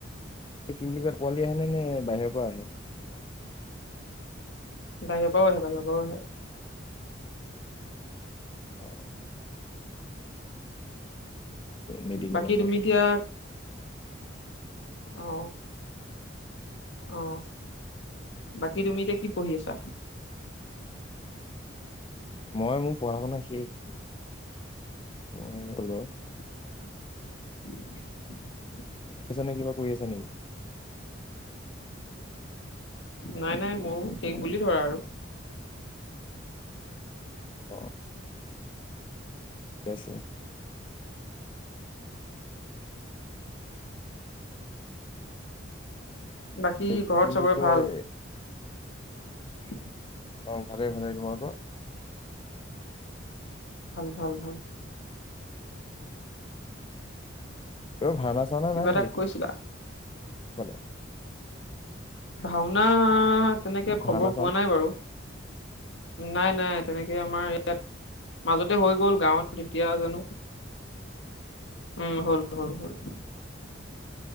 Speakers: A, on the left; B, on the left.
A: কি বুলি কয় পোৱালি আহে নে নে বাহিৰৰ পৰা আহে।
B: বাহেউ পও আহে বাহি পাও আহে।
A: অ। মেডিকেলৰ
B: বাকী
A: ফালে
B: তুমি এতিয়া। অ। অ বাকী তুমি এতিয়া কি পঢ়ি আছা।
A: মই মোৰ পঢ়া শুনা শেষ। মই বাৰু। পঢ়ি
B: <unintelligible>
A: আছা নে কিবা কৰি আছা নেকি।
B: নাই নাই মোৰো সেই বুলি ধৰা আৰু।
A: অ। থিকে আছে।
B: বাকী
A: কি
B: ঘৰত
A: বুলি
B: চবৰে
A: কয়
B: ভাল। <inaudible>
A: অ ভালেই ভালে তোমাৰ কোৱা?
B: ভাল ভাল ভাল।
A: এই ভাওনা চাওনা
B: কিবা
A: নাই নেকি
B: এটা
A: সেইফালে?
B: কৈছিলা ভাওনা তেনেকে খবৰ
A: ভাওনা চাওনা
B: পোৱা নাই বাৰু। নাই নাই তেনেকে আমাৰ ইয়াত মাজতে হৈ গ'ল গাঁৱত। এতিয়া জানো। উম হল হল হল।